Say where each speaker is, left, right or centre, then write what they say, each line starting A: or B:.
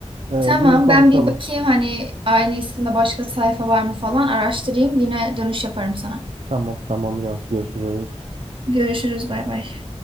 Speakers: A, on the right; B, on the right.
A: Ee,
B: Tamam,
A: yine konuşalım.
B: ben bir bakayım hani aynı isimde başka sayfa var mı falan araştırayım. Yine dönüş yaparım sana.
A: Tamam tamam Cansu görüşürüz.
B: Görüşürüz, bay bay.